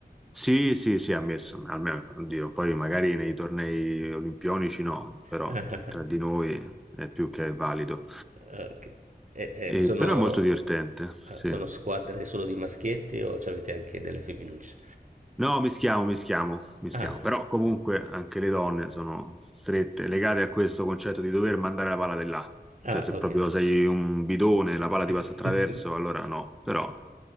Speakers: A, in the centre; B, on the right.
A: sì, sì, sì, ammesso, almeno, oddio, poi magari nei tornei olimpionici no, però
B: <laughs>
A: tra di noi è più che valido.
B: Ah-ah-ah. Ok. E e
A: E-
B: sono
A: però è molto divertente, sì.
B: ah, sono squadre solo di maschietti o c'avete anche delle femminucce?
A: No, mischiamo, mischiamo, mischiamo.
B: Ah,
A: Però comunque anche le donne sono strette, legate a questo concetto di dover mandare la palla di là.
B: ah
A: Cioè, se
B: okay.
A: proprio sei un bidone, la palla ti
B: <laughs>
A: passa attraverso, allora no. Però